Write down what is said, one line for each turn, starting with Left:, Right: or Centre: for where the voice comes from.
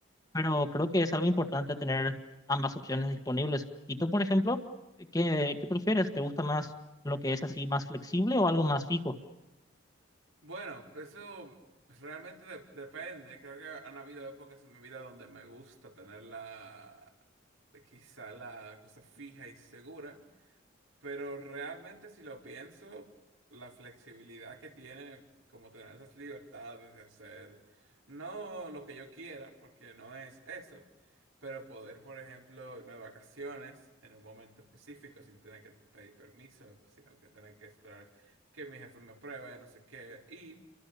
Left: pero creo que es algo importante tener ambas opciones disponibles. ¿Y tú, por ejemplo, qué, qué prefieres? ¿Te gusta más lo que es así más flexible o algo más fijo?
Right: Bueno, pues eso realmente de- depende. Creo que han habido épocas en mi vida donde me gusta tener la, quizá la cosa fija y segura, pero realmente si lo pienso, la flexibilidad que tiene, como tener esas libertades de hacer, no lo que yo quiera, porque no es eso, pero poder, por ejemplo, irme de vacaciones en un momento específico sin tener que pedir permiso, sino que tener que esperar que mi jefe me apruebe, no sé qué, y